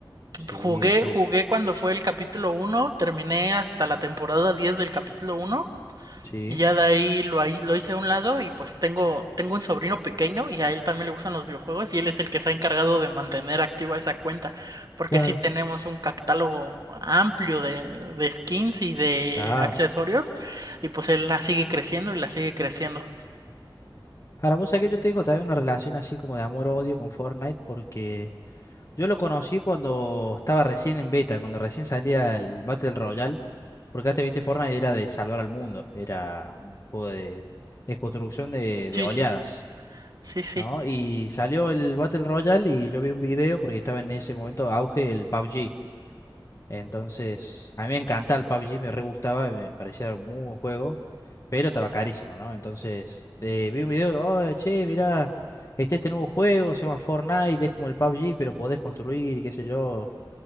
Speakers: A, on the left; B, on the right.
A: Sí,
B: Jugué,
A: sí,
B: jugué cuando fue el capítulo uno terminé hasta la temporada 10 del capítulo uno
A: sí.
B: y ya de ahí lo, ahí lo hice a un lado y pues tengo, tengo un sobrino pequeño y a él también le gustan los videojuegos y él es el que se ha encargado de mantener activa esa cuenta porque
A: Claro,
B: sí tenemos un catálogo amplio de, de skins y de
A: claro.
B: accesorios y pues él la sigue creciendo y la sigue creciendo.
A: Ahora, vos sabés que yo tengo también una relación así como de amor-odio con Fortnite porque yo lo conocí cuando estaba recién en beta, cuando recién salía el Battle Royale. Porque antes, viste, Fortnite era de salvar al mundo, era un juego de, de construcción de, de
B: Sí,
A: oleadas,
B: sí. Sí, sí.
A: ¿no? Y salió el Battle Royale y yo vi un video porque estaba en ese momento auge el PUBG. Entonces, a mí me encanta el PUBG, me re gustaba, me parecía un muy buen juego, pero estaba carísimo, ¿no? Entonces, eh, vi un video, oh, che, mirá, Este este nuevo juego, se llama Fortnite, es como el PUBG, pero podés construir y qué sé yo.